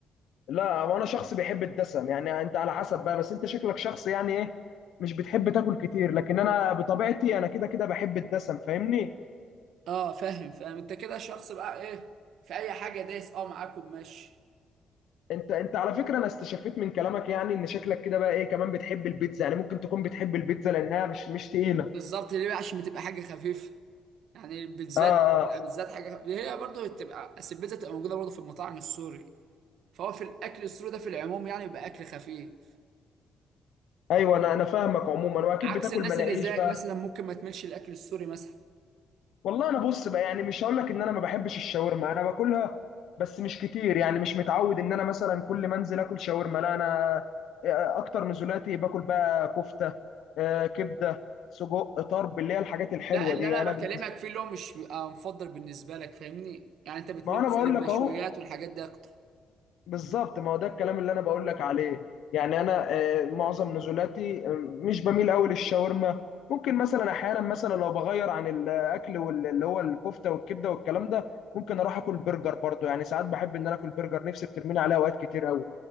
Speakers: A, on the left; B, on the right.
A: لا وانا شخص بيحب الدسم يعني انت على حسب بقى بس انت شكلك شخص يعني ايه مش بتحب تاكل كتير لكن انا بطبيعتي انا كده كده بحب الدسم فاهمني
B: اه فاهم فاهم انت كده شخص بقى ايه في اي حاجه دايس اه معاكم ماشي
A: انت انت على فكره انا استشفيت من كلامك يعني ان شكلك كده بقى ايه كمان بتحب البيتزا يعني ممكن تكون بتحب البيتزا لانها مش مش تقيله
B: بالظبط ليه بقى؟ عشان بتبقى حاجه خفيفه يعني بالذات
A: اه اه
B: بتبقى
A: آه.
B: بالذات حاجه خ- هي برضه بتبقى أصل البيتزا بتبقى موجوده برضه في المطاعم السوري فهو في الاكل السوري ده في العموم يعني بيبقى اكل خفيف
A: ايوه انا انا فاهمك عموما واكيد
B: عكس
A: بتاكل
B: الناس
A: مناقيش
B: اللي زيك
A: بقى
B: مثلا ممكن ما تملش الاكل السوري مثلا
A: والله انا بص بقى يعني مش هقول لك ان انا ما بحبش الشاورما انا باكلها بس مش كتير يعني مش متعود ان انا مثلا كل ما انزل اكل شاورما لا انا آه، اكتر نزولاتي باكل بقى كفته آه كبده سجق طرب اللي هي الحاجات الحلوه
B: لا اللي
A: دي
B: انا
A: انا
B: بكلمك
A: بالنسبه
B: فيه اللي هو مش بيبقى مفضل بالنسبه لك فاهمني يعني انت بتميل
A: ما انا
B: مثلا
A: بقول
B: للمشويات
A: لك اهو
B: والحاجات دي اكتر
A: بالظبط ما هو ده الكلام اللي انا بقول لك عليه يعني انا آه، معظم نزولاتي آه، مش بميل قوي للشاورما ممكن مثلا احيانا مثلا لو بغير عن الاكل وال- اللي هو الكفته والكبده والكلام ده ممكن اروح اكل برجر برضو يعني ساعات بحب ان انا اكل برجر نفسي بترميني عليها اوقات كتير قوي